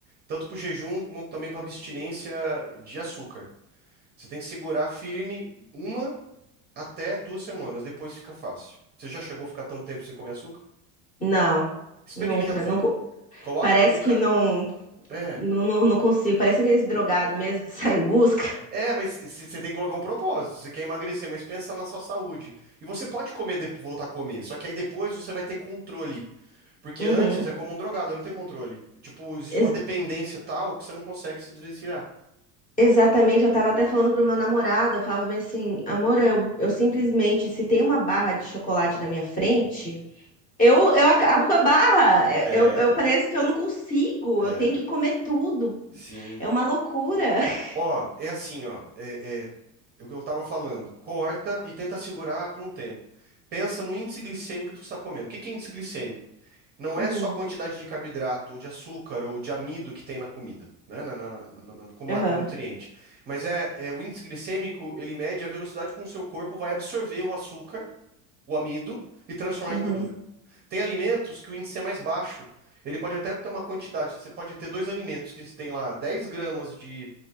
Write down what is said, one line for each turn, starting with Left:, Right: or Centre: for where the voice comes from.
Right: Tanto para o jejum como também para abstinência de açúcar. Você tem que segurar firme uma até duas semanas, depois fica fácil. Você já chegou a ficar tanto tempo sem comer açúcar?
Left: Não,
Right: Experimenta.
Left: nunca, não, co-
Right: Coloca
Left: parece
Right: um. Ca...
Left: que não,
Right: É.
Left: não, não não consigo. Parece aqueles drogados mesmo que <laughs> saem em busca.
Right: É, mas c- você tem que colocar um propósito. Você quer emagrecer, mas pensa na sua saúde. E você pode comer, depo- voltar a comer. Só que aí depois você vai ter controle. Porque
Left: Uhum.
Right: antes é como um drogado, não tem controle. Tipo, existe
Left: Ex-
Right: uma dependência tal que você não consegue se desvencilhar.
Left: Exatamente, eu tava até falando pro meu namorado, eu falava bem assim, amor, eu, eu simplesmente, se tem uma barra de chocolate na minha frente, eu, eu acabo com a barra,
Right: É.
Left: eu, eu, eu- parece que eu não consigo,
Right: É,
Left: eu tenho que comer tudo,
Right: sim.
Left: é uma loucura. <laughs>
Right: Ó, é assim, ó. É, é, é o que eu tava falando. Corta e tenta segurar por um tempo. Pensa no índice glicêmico do que você está comendo. O que que é índice glicêmico? Não
Left: Uhum,
Right: é só a quantidade de carboidrato, ou de açúcar, ou de amido que tem na comida, né? Na, na, na, na- como
Left: aham,
Right: macronutriente. Mas é, é o índice glicêmico, ele mede a velocidade com que o seu corpo vai absorver o açúcar, o amido, e transformar
Left: uhum,
Right: em gordura. Tem alimentos que o índice é mais baixo. Ele pode até ter uma quantidade. Você pode ter dois alimentos que tem lá 10 gramas de,